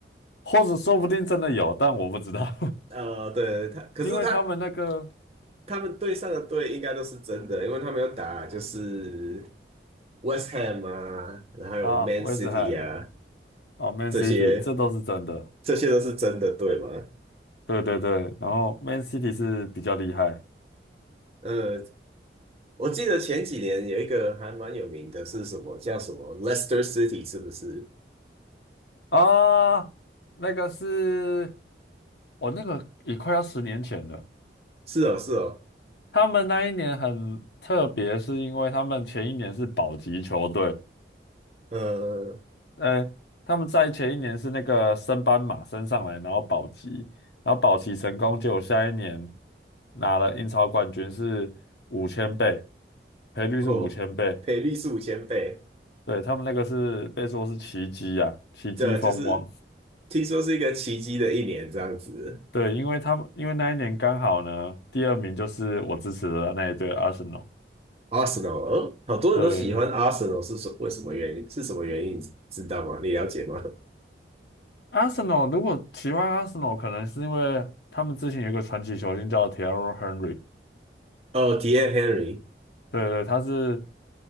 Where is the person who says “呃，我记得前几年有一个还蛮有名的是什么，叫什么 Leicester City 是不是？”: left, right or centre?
Right